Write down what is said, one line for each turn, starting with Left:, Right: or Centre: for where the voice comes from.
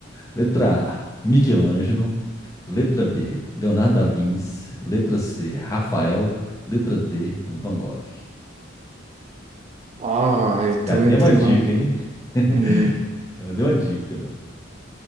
Left: Letra A, Michelangelo. Letra B,
Right: hum.
Left: Leonardo da Vinci. Letra C, Rafael. Letra D, Van Gogh.
Right: Ah, eu tô
Left: Já deu
Right: entre.
Left: uma dica,
Right: van-
Left: hein? <laughs>
Right: eh,
Left: Já deu uma dica.